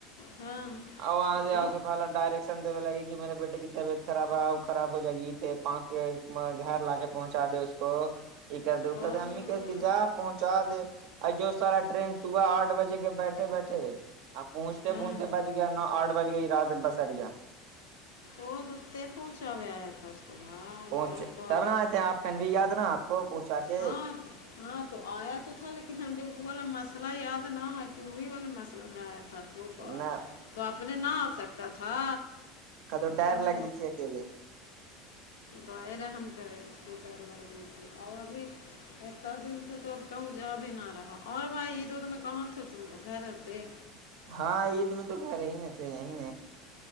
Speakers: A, on the left; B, on the right.
A: ہاں
B: اور وہاں سے
A: تو
B: آسو خالا ڈائریکشن دینے لگے کہ میرے بیٹے کی طبیعت خراب ہے وہ خراب ہو جائے گیے پان گھر لا کے پہنچا دے اس کو یہ کر د ا کر
A: او ہو
B: امی کہس کہ جاپ پہنچا دے جو سارا ٹرین صبح آٹھ بجے کے بیٹھے بیٹھے آ پہنچتے
A: ہاں
B: پہنچتے بج گیا نو آٹھ بج گئی رااز بسریا
A: وہ رتے پہنچاوے آ تھاس تو میں
B: پہنچ
A: تو ب
B: تب نہ آئے تھے آپ کن بھی یاد نا آپ کو پہنچا کے
A: ہاں ہاں تو آیا تو تھا لیکن ہم نے وہ والا مسئلہ یاد نہ آ کہ وہی والے مسئلہ میں آیا تھا تھا تو
B: نہ
A: تو اپنے نہ آ سکتا تھا
B: ک تو ڈر
A: او
B: لگ رہیھی ا کےے
A: تورا ہم کریں اسک کر لگی اور ابھی اتنا دن سے تو اب کہ جا بھی ہی نہ رہ اور بھائی عید اید میں کہاں تھ تم لوگ گھر اتے
B: ہاں عید میں تو گھر ہی ن تھے یہیں